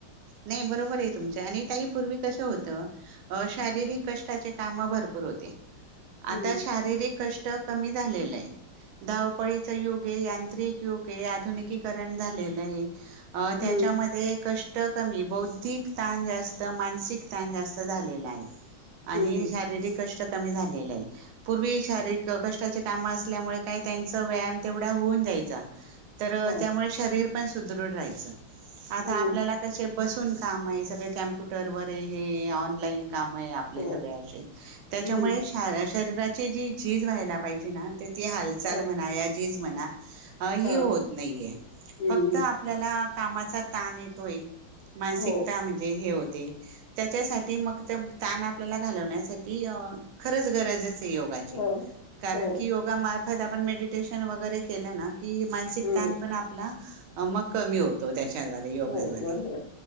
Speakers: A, on the right; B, on the left.
A: नाही बरोबर आहे तुमच्या आणि त्याही पूर्वी कसं होतं शारीरिक कष्टाचे काम भरपूर होते
B: हम्म.
A: आता शारीरिक कष्ट कमी झालेलं आहे धावपळीच युग यांत्रिक युग आहे आधुनिकीकरण झालेलंय अ त्याच्यामध्ये
B: हम्म.
A: क कमी बौद्धिक ताण जास्त मानसिक ताण जास्त झालेला आहे
B: हम्म.
A: आणि
B: हम्म.
A: शारीरिक कष्ट क झा पूर्वी शारीरिक का काम असल्यामुळे काही त्यांचा व्यायाम तेवढा होऊन जायचा तर
B: हा.
A: त्यामुळे शरीर पण सुदृढ राहाचं... आता
B: हम्म.
A: आपल्याला... बसून काम आहे सगळे कम्प्युटर वर आहे हे ऑनलाईन... काम आपले
B: हो.
A: सगळेे त्याच्यामुळे
B: हम्म.
A: श शरीराची जी झीज व्हायला पाहिजे ना... ते ती हालचाल
B: ह.
A: म्हणा... झीज म्हणा. होत
B: हा.
A: नाहीये
B: हम्म.
A: फक्त आपल्याला... कामाचा ताण येतोय. मानसिकता
B: हो.
A: म्हणजे हे होत.. त्याच्यासाठी मग तण आपल्याला घालवण्यासाठी खरंच गरज.. योगाची
B: हो.
A: कारण
B: हो.
A: की योग... त आपण मेडिटेशन वगैरे केलं ना. कि मानसिक
B: हम्म.
A: ताण पण आपला... मग कमी होतो. त्याच्यादवारे योगाद्वारे..
B: हो. बरोबर.